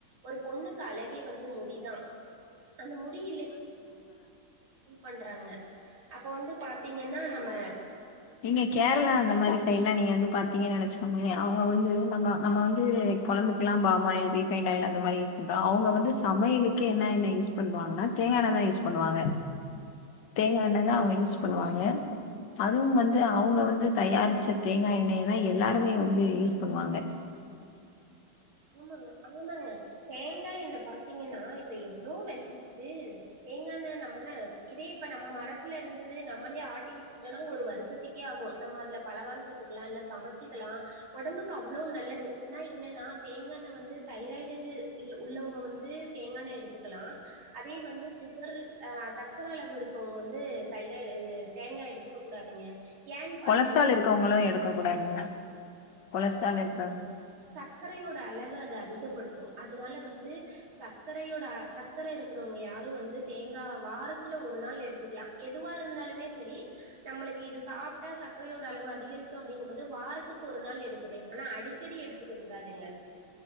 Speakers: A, on the right; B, on the left.
A: ஒரு பொண்ணுக்கு அழகே வந்து முடிதா
B: உ
A: அந்த முடியிலே பண்றாங்க அப்போ வந்து பாத்தீங்கன்னா நம்ம
B: நீங்க கேரளா அந்த மாரி சைட்லா நீங்க வந்து பாத்தீங்ன்னா வச்சுகோங்களே அவங்க வந்து நம்ம நம்ம வந்து கொழம்புகெல்லா பாமாயில் ரீஃபைன்ட் ஆயில் அந்த மாரி யூஸ் பண்றோ அவுங்க வந்து சமையலுக்கே என்ன எண்ண யூஸ் பண்ணுவாங்னா தேங்கா எண்ண தா யூஸ் பண்ணுவாங்க தேங்கா எண்ண தா அவங்க யூஸ் பண்ணுவாங்க அதுவு வந்து து அவுங்க வந்து தயாரிச்ச தேங்கா எண்ணெய தா எல்லாருமே வந்து யூஸ் பண்ணுவாங்க ஆ
A: ஆமாங்க ஆமாங்க தேங்கா எண்ண பாத்தீங்கன்னா இப்ப எவ்ளோ வெல விக்குது தேங்கா எண்ண நம்ம இதே இப்ப நம்ம மரத்துல இருந்துது நம்மளே ஆட்டி வச்சுகிட்டோம்னா ஒரு வருஷத்துக்கே ஆகு நம்ம அதுல பலகார சுட்டுக்லா இல்ல சமைச்சிக்லா ஒடம்புக்கு அவ்ளோ நல்லது ஆனா என்னன்னா தேங்கா எண்ண வந்து தைராய்டு உள்ளவங்க வந்து தேங்காண்ண எடுத்துக்கலா அதே வந்து சுகர் அ சக்கர அளவு இருக்கவங்க வந்து தைரா தேங்கா எடுத்துக்க கூடாதுங்க ஏன்னு பாத்தீங்க
B: கொலஸ்ட்ரால் இருக்கவங்களு எடுக்க கூடாதுங்க கொலஸ்ட்ரால் இருக்கவ
A: சக்கரையோட அளவ அது அதிகபடுத்து அதனால வந்து சக்கரையோட சக்கர இரு க்கறவங்க யாரு வந்து தேங்கா வாரத்துல ஒரு நாள் எடுத்துக்கலா எதுவா இருந்தாலுமே சரி நம்ம மளுக்கு இது சாப்ட்டா சக்கரையோட அளவு அதிகரிக்கு அப்படிங்கு போது வாரத்துக்கு ஒரு நாள் எடுத்துக்கலா ஆனா அடிக்கடி எடுத் எடுக்ககூடாதுங்க